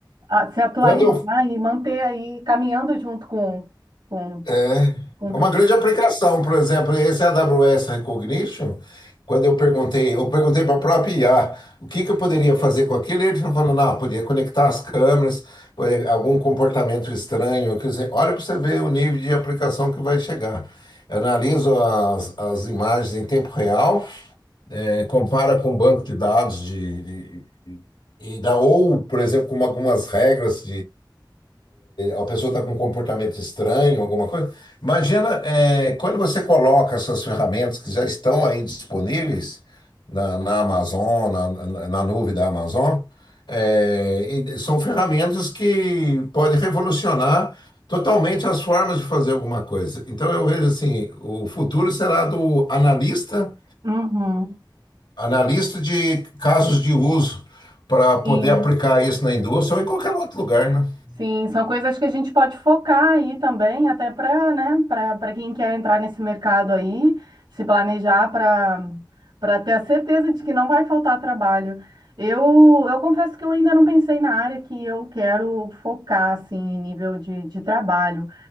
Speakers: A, on the right (about 70°); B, on the left (about 85°).
A: a- se atualizar
B: Quando eu,
A: e manter aí caminhando junto com, com,
B: é,
A: com
B: é
A: tudo.
B: uma grande aplicação, por exemplo, esse AWS Recognition, quando eu perguntei, eu perguntei para a própria IA o que que eu poderia fazer com aquilo, ele falou, não, podia conectar as câmeras, eh, algum comportamento estranho, quer dizer, olha para você ver o nível de aplicação que vai chegar. Eu analiso as, as imagens em tempo real, eh, compara com o banco de dados de, de- e dá, ou, por exemplo, com algumas regras a pessoa está com um comportamento estranho, alguma coisa. Imagina, é, quando você coloca essas ferramentas que já estão aí disponíveis na, na Amazon, na, na- na nuvem da Amazon, é, e são ferramentas que podem revolucionar totalmente as formas de fazer alguma coisa. Então eu vejo assim, o futuro será do analista,
A: Uhum.
B: analista de casos de uso para poder
A: Sim.
B: aplicar isso na indústria ou em qualquer outro lugar, né?
A: Sim, são coisas que a gente pode focar aí também, até para, né, para para quem quer entrar nesse mercado aí, se planejar para para ter a certeza de que não vai faltar trabalho. Eu, eu confesso que eu ainda não pensei na área que eu quero focar, assim, em nível de, de trabalho.